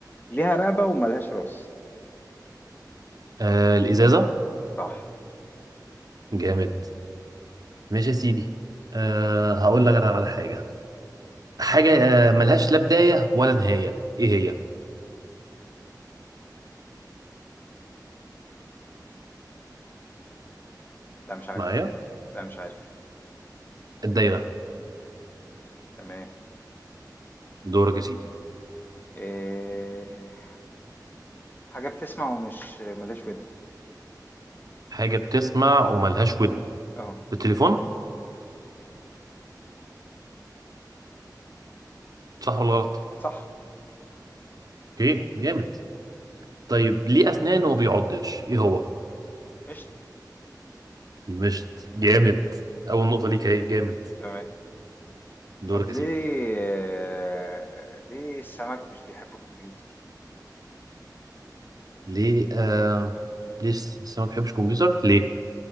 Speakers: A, on the left (about 25°); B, on the right (about 60°).
A: ليها رقبة وملهاش راس
B: آه، الازازه
A: صح
B: جامد ماشي يا سيدي آه، هقول لك انا على حاجه حاجه آه، ملهاش لا بدايه ولا نهايه ايه هي
A: لا مش عارف
B: معايا
A: لا مش عارف
B: الدايرة
A: تمام
B: دورك يا سيدي
A: إيه... حاجة بتسمع ومش ملهاش ودن
B: حاجة بتسمع وملهاش ودن
A: اه
B: بالتليفون صح ولا غلط
A: صح
B: اوكي جامد طيب ليه أسنان وما بيعضش ايه هو
A: مشت
B: المشط جامد أول نقطة ليك اهي جامد
A: تمام
B: دورك
A: طب ليه
B: يا سيدي
A: آه، ليه السمك مش بيحب الكمبيوتر
B: ليه آه... ليه الس- السمك ما بيحبش كمبيوتر ليه